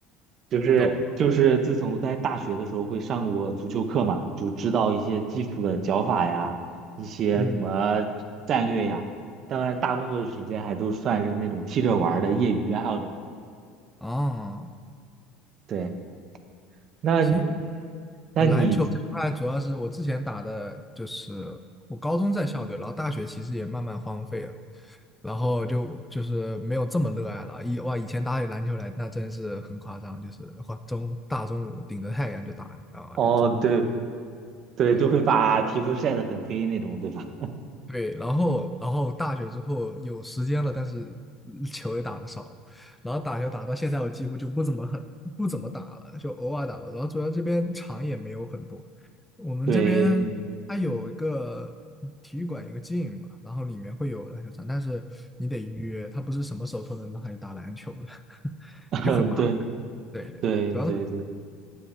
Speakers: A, on the right; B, in the centre.
A: 就是就是自从在大学的时候会上过足球课嘛，
B: 懂了，
A: 就知道一些基础的脚法呀，一些怎么战略呀。
B: 嗯，
A: 当然，大部分时间还都算是那种踢着玩儿的业余爱好者。
B: 哦，
A: 对，那你
B: 行，
A: 那你
B: 我篮球这块主要是我之前打的，就是我高中在校队，然后大学其实也慢慢荒废了，然后就就是没有这么热爱了。以哇，以前打起篮球来那真是很夸张，就是哇中大中午顶着太阳就打，啊，
A: 哦，
B: 就中午
A: 对对，
B: 对，
A: 都会把皮肤晒得很黑那种，对吧？
B: 对，然后然后大学之后有时间了，但是球也打的少了，然后打球打到现在我几乎就不怎么很不怎么打了，就偶尔打吧。然后主要这边场也没有很多，我们这边它有一个体育馆，
A: 对，
B: 一个 g 嘛，然后里面会有篮球场，但是你得约，它不是什么时候都能让你打篮球的，<laughs>
A: <laughs>
B: 就很麻烦。
A: 对
B: 对对，
A: 对对对。
B: 主要是